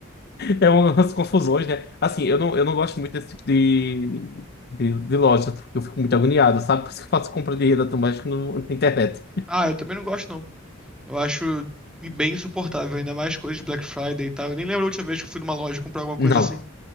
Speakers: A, on the left; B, in the centre.
A: É umas confusões, né? Assim, eu não, eu não gosto muito desse tipo de, de, de loja, porque eu fico muito agoniado, sabe? Por isso que eu faço compra de rede automática no, na internet.
B: Ah, eu também não gosto, não. Eu acho bem insuportável, ainda mais coisas de Black Friday e tal. Eu nem lembro a última vez que eu fui numa loja comprar alguma
A: Não.
B: coisa assim.